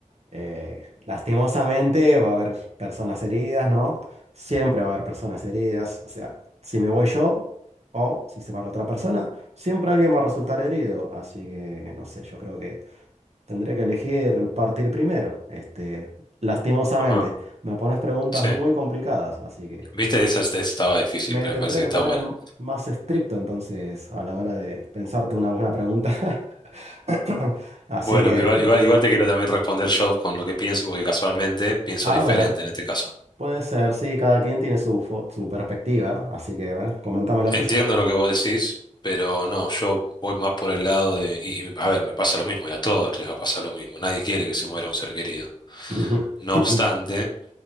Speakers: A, on the right; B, on the left.
A: Eh, lastimosamente va a haber personas heridas, ¿no? Siempre va a haber personas heridas. O sea, si me voy yo o si se va la otra persona, siempre alguien va a resultar herido. Así que, no sé, yo creo que tendré que elegir partir primero. Este, lastimosamente,
B: ajá,
A: me pones preguntas
B: Sí.
A: muy complicadas, así que...
B: Viste, esa, esta- esa estaba difícil,
A: Me
B: pero
A: tendré
B: me parece que
A: que
B: está
A: poner
B: buena.
A: más estricto entonces a la hora de pensarte una buena pregunta. <laughs> Así
B: Bueno,
A: que,
B: pero igual, igual, igual te quiero también responder yo con lo que pienso, porque casualmente pienso
A: a
B: diferente
A: ver,
B: en este caso.
A: puede ser, sí, cada quien tiene su, fo- su perspectiva, así que, a ver, coméntame la
B: Entiendo
A: tuya.
B: lo que vos decís, pero no, yo voy más por el lado de, y, y, a ver, me pasa lo mismo y a todos les va a pasar lo mismo. Nadie quiere que se muera un ser querido.
A: Ujú,
B: No obstante,
A: <clears throat>